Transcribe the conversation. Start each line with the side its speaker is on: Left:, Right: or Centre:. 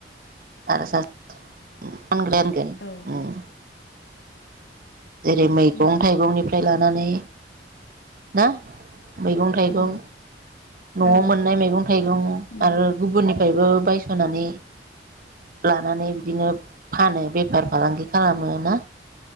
Right: आरो सार उम फानग्रायोनगो
Left: औ
Right: उम जेरै मैगं
Left: उम
Right: थाइगंनि फ्राय लानानै ना मैगं थाइगं
Left: उम
Right: न'आव
Left: औ
Right: मोननाय मैगं थाइगं
Left: उम
Right: आरो गुबुनि फ्रायबो बायस सनानै लानानै बिदिनो फानो बेफार फालांगि खालामो ना